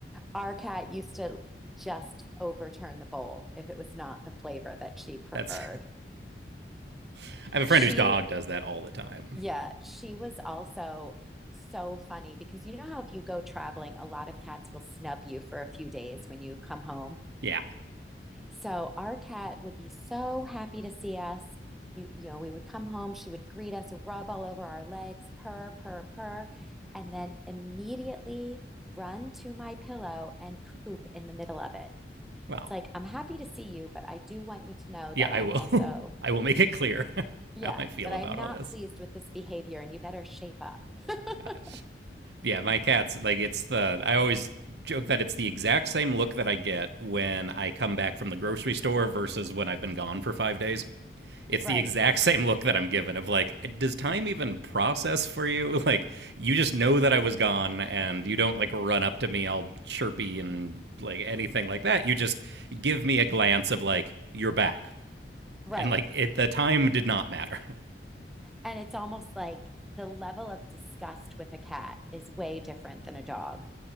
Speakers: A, in the centre; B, on the right.
A: Our cat used to just overturn the bowl if it was not the flavor that she preferred.
B: That's <laughs> I have a
A: She,
B: friend whose dog does that all the time.
A: yeah, she was also so funny because you know how if you go traveling, a lot of cats will snub you for a few days when you come home.
B: Yeah.
A: So our cat would be so happy to see us. You, you know, we would come home, she would greet us, rub all over our legs, purr, purr, purr, and then immediately run to my pillow and poop in the middle of it.
B: Well,
A: It's like, I'm happy to see you, but I do want you to know
B: Yeah,
A: that
B: I
A: I'm
B: will.
A: also,
B: <laughs> I will make it clear <laughs>
A: yeah,
B: how I feel
A: that I
B: about
A: am not
B: all this.
A: pleased with this behavior and you better shape up. <laughs>
B: Gosh. Yeah, my cats, like, it's the, I always joke that it's the exact same look that I get when I come back from the grocery store versus when I've been gone for five days. It's
A: Right.
B: the exact <laughs> same look that I'm given of, like, does time even process for you? <laughs> Like, you just know that I was gone and you don't, like, run up to me all chirpy and, like, anything like that. You just give me a glance of, like, you're back.
A: Right.
B: And, like, it, the time did not matter.
A: And it's almost like the level of disgust with a cat is way different than a dog.